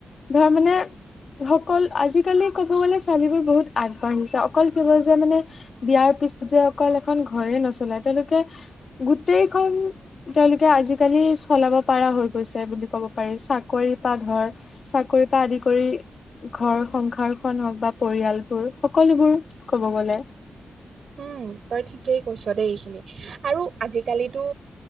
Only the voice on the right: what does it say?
উম তই ঠিকেই কৈছ দেই আৰু আজিকালিতো।